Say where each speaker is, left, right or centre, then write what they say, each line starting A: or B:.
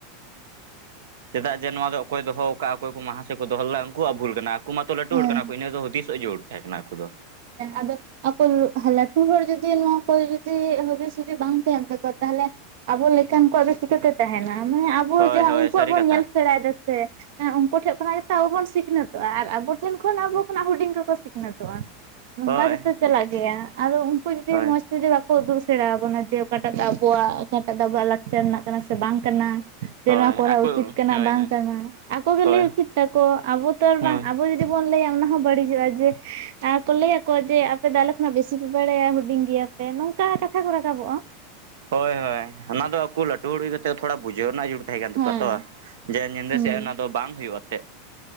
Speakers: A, on the right; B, on the right.
A: ᱪᱮᱫᱟᱜ ᱡᱮ ᱱᱚᱣᱟ ᱫᱚ ᱚᱠᱚᱭ ᱫᱚᱦᱚᱣ ᱟᱠᱟᱜᱼᱟ ᱚᱠᱚᱭ ᱠᱚ ᱢᱟᱦᱟᱥᱚᱭ ᱠᱚ ᱫᱚᱦᱚ ᱞᱮᱫᱟ ᱩᱱᱠᱩᱣᱟᱜ ᱵᱷᱩᱞ ᱠᱟᱱᱟ ᱩᱱᱠᱩ ᱢᱟᱛᱚ ᱞᱟᱹᱴᱩ
B: ᱦᱮᱸ
A: ᱦᱚᱲ ᱠᱟᱱᱟ ᱠᱚ ᱤᱱᱟᱹ ᱫᱚ ᱦᱩᱫᱤᱥᱚᱜ ᱡᱩᱲ ᱛᱟᱦᱮᱸ ᱠᱟᱱᱟ ᱟᱹᱠᱩ ᱫᱚ
B: ᱦᱮᱸ ᱟᱫᱚ ᱟᱠᱚ ᱞᱟᱹᱴᱩ ᱦᱚᱲ ᱡᱩᱫᱤ ᱱᱚᱣᱟ ᱠᱚ ᱡᱩᱫᱤ ᱦᱩᱫᱤᱥ ᱡᱩᱫᱤ ᱵᱟᱝ ᱛᱟᱦᱮᱱ ᱛᱟᱠᱚᱣᱟ ᱛᱟᱦᱚᱞᱮ ᱟᱵᱚ ᱞᱮᱠᱟᱱ ᱠᱚᱣᱟᱜ ᱫᱚ ᱪᱤᱠᱟᱹᱛᱮ ᱛᱮᱦᱮᱱᱟ ᱢᱮ ᱟᱵᱚ
A: ᱦᱳᱭ
B: ᱡᱟᱦᱟᱸ
A: ᱦᱳᱭ
B: ᱩᱱᱠᱩᱣᱟᱜ
A: ᱥᱟᱹᱨᱤ
B: ᱵᱚᱱ
A: ᱠᱟᱛᱷᱟ
B: ᱧᱮᱞ ᱥᱮᱬᱟᱭ ᱫᱟ ᱥᱮ ᱦᱮᱸ ᱩᱱᱠᱩ ᱴᱷᱮᱡ ᱠᱷᱚᱱᱟᱜ ᱜᱮᱛᱚ ᱟᱵᱚ ᱵᱚᱱ ᱥᱤᱠᱷᱱᱟᱹᱛᱚᱜᱼᱟ ᱟᱨ ᱟᱵᱚ ᱴᱷᱮᱱ ᱠᱷᱚᱱ ᱟᱵᱚ ᱠᱷᱚᱱᱟᱜ ᱦᱩᱰᱤᱧ ᱠᱚᱠᱚ ᱥᱤᱠᱷᱱᱟᱹᱛᱚᱜᱼᱟ ᱱᱚᱝᱠᱟ
A: ᱦᱳᱭ
B: ᱜᱮᱛᱚ ᱪᱟᱞᱟᱜ ᱜᱮᱭᱟ ᱟᱫᱚ ᱩᱱᱠᱩ ᱡᱩᱫᱤ
A: ᱦᱳᱭ
B: ᱢᱚᱸᱡᱽ ᱛᱮ ᱡᱮ ᱵᱷᱟᱵᱮ ᱠᱚ ᱩᱫᱩᱜ ᱥᱮᱲᱟᱣᱟ ᱵᱚᱱᱟ ᱡᱮ ᱚᱠᱟᱴᱟᱜ ᱫᱚ ᱟᱵᱚᱣᱟᱜ ᱚᱠᱟᱴᱟᱜ ᱫᱚ ᱟᱵᱚᱣᱟᱜ ᱞᱟᱠᱪᱟᱨ ᱨᱮᱱᱟᱜ ᱠᱟᱱᱟ ᱥᱮ ᱵᱟᱝ ᱠᱟᱱᱟ ᱡᱮ
A: ᱦᱳᱭ
B: ᱱᱚᱣᱟ ᱠᱚᱨᱟᱣ
A: ᱟᱠᱚ
B: ᱩᱪᱤᱛ ᱠᱟᱱᱟ
A: ᱦᱳᱭ
B: ᱵᱟᱝ
A: ᱦᱳᱭ
B: ᱠᱟᱱᱟ ᱟᱠᱚ ᱜᱮ
A: ᱦᱳᱭ
B: ᱞᱟᱹᱭ ᱩᱪᱤᱛ ᱛᱟᱠᱚ ᱟᱵᱚ ᱛᱚ ᱟᱨ
A: ᱦᱳᱭ
B: ᱵᱟᱝ ᱟᱵᱚ ᱡᱩᱫ ᱪᱮᱫ ᱵᱚᱱ ᱞᱟᱹᱭᱟ ᱚᱱᱟ ᱦᱚᱸ ᱵᱟᱹᱲᱤᱡᱚᱜᱼᱟ ᱡᱮ ᱟᱨ ᱠᱚ ᱞᱟᱹᱭᱟᱠᱚ ᱡᱮ ᱟᱯᱮ ᱫᱚ ᱟᱞᱮ ᱠᱷᱚᱱᱟᱜ ᱵᱮᱥᱤ ᱯᱮ ᱵᱟᱲᱟᱭᱟ ᱦᱩᱰᱤᱧ ᱜᱮᱭᱟᱯᱮ ᱱᱚᱝᱠᱟ ᱠᱟᱛᱷᱟ ᱠᱚ ᱨᱟᱠᱟᱵᱚᱜᱼᱟ
A: ᱦᱳᱭ ᱦᱳᱭ ᱚᱱᱟ ᱫᱚ ᱟᱠᱚ ᱞᱟᱹᱴᱩ ᱦᱚᱲ ᱦᱩᱭ ᱠᱟᱛᱮᱜ ᱛᱷᱚᱲᱟ ᱵᱩᱡᱷᱟᱹᱣ ᱨᱮᱱᱟᱜ ᱡᱩᱲ ᱛᱟᱦᱮᱸ ᱠᱟᱱ ᱛᱟᱠᱚᱣᱟ
B: ᱦᱮᱸ
A: ᱛᱚ ᱡᱮ ᱧᱤᱫᱟᱹ
B: ᱦᱩᱸ
A: ᱥᱮᱫ ᱚᱱᱟ ᱫᱚ ᱵᱟᱝ ᱦᱩᱭᱩᱜᱼᱟ ᱛᱮᱜ